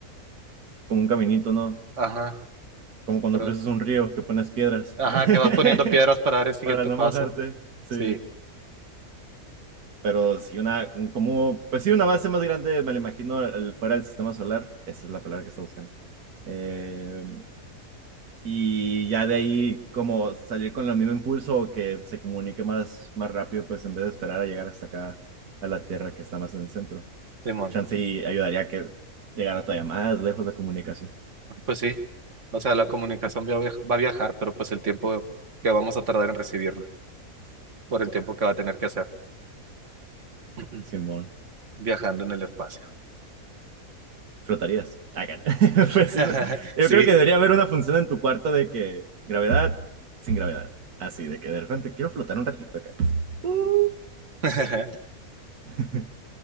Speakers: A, on the right; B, on the right.
A: Como un caminito, ¿no?
B: Ajá,
A: Como cuando
B: pero,
A: cruzas un río que pones piedras
B: ajá,
A: <laughs>
B: que vas poniendo piedras para dar el siguiente
A: para no
B: paso.
A: mojarte. Sí.
B: Sí,
A: pero si una, un- como, pues sí, una base más grande, me la imagino, el- fuera del sistema solar, esa es la palabra que está buscando. Eh, y ya de ahí, como salir con el mismo impulso o que se comunique más, más rápido, pues en vez de esperar a llegar hasta acá, a la Tierra que está más en el centro.
B: Simón.
A: Chance y ayudaría a que llegara todavía más lejos la comunicación.
B: Pues sí, o sea, la comunicación va a viaj- va a viajar, pero pues el tiempo que vamos a tardar en recibirla, por el tiempo que va a tener que hacer <clears throat>
A: Simón.
B: viajando en el espacio.
A: flotarías. Ah, cara. <laughs>
B: <laughs>
A: Pues sí, ¿no? Yo
B: Sí.
A: creo que debería haber una función en tu cuarto de que gravedad sin gravedad. Así, de que de repente quiero flotar un ratito acá. Uh.
B: <laughs>
A: <laughs>